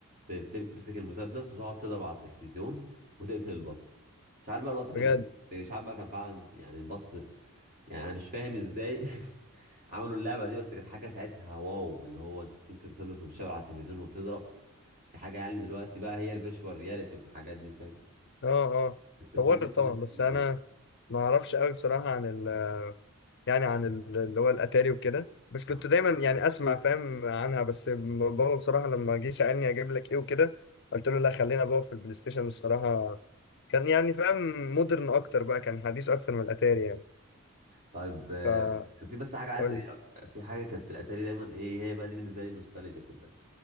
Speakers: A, on the right (about 40°); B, on the left (about 55°).
A: كنت تمسك المسدس وتقعد تضرب على التلفزيون وتقتل البط مش عارف بقى البط كان
B: بجد
A: بيموت مش عارف بقى كان فعلا يعني البط يعني انا مش فاهم ازاي <laughs> عملوا اللعبه دي بس كانت حاجه ساعتها واو اللي هو انت بتمسك مسدس وبتشاور على التلفزيون وبتضرب دي حاجه يعني دلوقتي بقى هي الفيرتشوال رياليتي والحاجات دي فاهم
B: اه اه
A: التكنولوجيا
B: طورت طبعا
A: الجديده
B: بس انا ما اعرفش قوي بصراحه عن ال يعني عن ال- اللي هو الاتاري وكده بس
A: اه
B: كنت دايما يعني اسمع فاهم عنها بس بابا بصراحه لما جه سالني اجيب لك ايه وكده قلت له لا خلينا بابا في البلاي ستيشن الصراحه كان يعني فاهم مودرن اكتر بقى كان حديث اكتر من الاتاري يعني
A: طيب آه،
B: فقول
A: كان في بس حاجه عايز ايه
B: لي
A: في حاجه كانت في الاتاري دايما ايه هي بقى دي بالنسبه لي النوستالجيا كلها